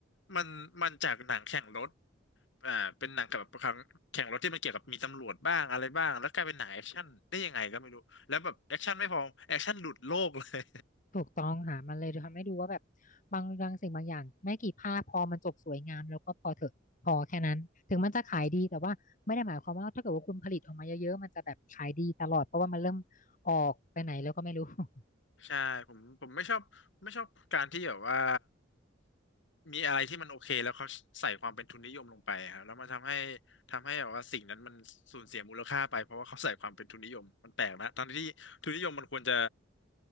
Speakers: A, on the left (about 70°); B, on the left (about 45°).
A: มันมันจากหนังแข่งรถอ่าเป็นหนังกับครั้งแข่งรถที่มันเกี่ยวกับมีตำรวจบ้างอะไรบ้างแล้วกลายเป็นหนังแอคชั่นได้ยังไงก็ไม่รู้แล้วแบบแอคชั่นไม่พอแอคชั่นหลุดโลกเลย
B: ถูกต้องค่ะมันเลยทำให้ดูว่าแบบบางบางสิ่งบางอย่างไม่กี่ภาคพอมันจบสวยงามแล้วก็พอเถอะพอแค่นั้นถึงมันจะขายดีแต่ว่าไม่ได้หมายความว่าถ้าเกิดว่าคุณผลิตออกมาเยอะๆมันจะแบบขายดีตลอดเพราะว่ามันเริ่มออกไปไหนแล้วก็ไม่รู้ <laughs>
A: <laughs> ใช่ผมใช่ผมผมไม่ชอบไม่ชอบการที่แบบว่ามีอะไรที่มันโอเคแล้วเขาใส่ความเป็นทุนนิยมลงไปครับแล้วมันทำให้ทำให้แบบว่าสิ่งนั้นมันสูญเสียมูลค่าไปเพราะว่าเขาใส่ความเป็นทุนนิยมมันแปลกนะตอนที่ทุนนิยมมันควรจะ